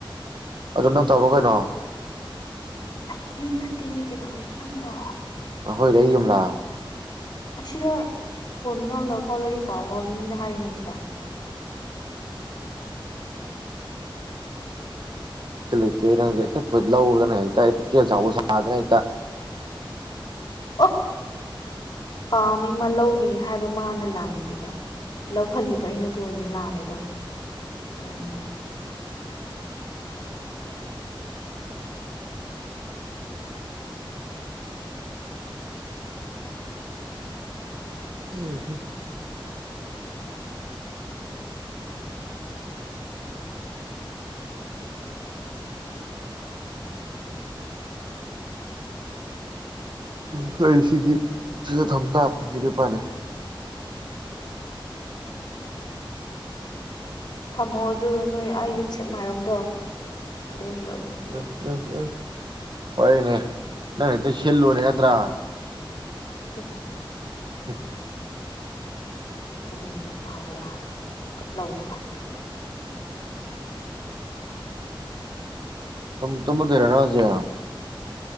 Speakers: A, on the right; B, on the left.
A: ꯑꯗꯨ ꯅꯪ ꯇꯧꯕ ꯀꯩꯅꯣ
B: ꯑꯩꯒꯤ ꯌꯨꯝ ꯅꯠꯇꯦꯃꯦ ꯀꯩꯗꯧꯔꯒꯦ ꯅꯪꯝꯕꯣ
A: ꯈꯣꯏ ꯂꯩꯦ ꯑꯅ
B: ꯑꯁꯤꯗ ꯐꯣꯟ ꯉꯥꯡꯅꯕ ꯐꯥꯎ ꯂꯩꯔꯤ ꯄꯥꯎ ꯐꯥꯎ ꯃꯤꯅ ꯍꯥꯏꯔꯤꯉꯁꯤꯗ
A: ꯂꯩ ꯅꯪꯦ ꯄꯨꯂꯗꯅ ꯆꯅ ꯑ
B: ꯑꯣ ꯄꯥꯝꯃꯤ ꯃꯥ ꯂꯧꯈꯤꯅꯤ ꯍꯥꯏꯕ ꯃꯥꯅ ꯂꯥꯜꯂꯕꯤꯗ ꯂꯧꯍꯜꯂꯤꯕ ꯑꯩꯅꯕꯨ ꯑꯣꯏꯅ ꯂꯥꯜꯂꯦꯗꯣ ꯑꯣ
A: ꯎꯝ ꯍꯝ ꯀꯩꯁꯤꯒꯤ ꯁꯤ ꯊꯝꯕꯊꯅ ꯀꯗꯤ ꯄꯂꯦ
B: ꯊꯝꯃꯣ ꯑꯗꯨꯒ ꯅꯣꯏ ꯑꯩ ꯌꯨꯝ ꯁꯦꯛ ꯃꯥꯏꯔꯣꯝꯗꯣ ꯑꯗꯨꯔꯣꯝꯗꯣ ꯑꯗꯨꯝ ꯄꯤꯌꯣ
A: ꯎꯝ ꯎꯝ ꯎꯝ ꯍꯣꯏꯅꯦ ꯅ ꯁꯤꯜꯂꯨꯅꯤ ꯌꯥꯇ꯭ꯔ
B: <unintelligible>
A: ꯑ
B: ꯂꯇ ꯇꯥꯎꯋꯦ ꯍꯥꯏꯔꯒꯨ ꯂꯧꯔꯒ
A: ꯇ ꯇꯨꯃꯗꯔꯅꯥꯖꯦ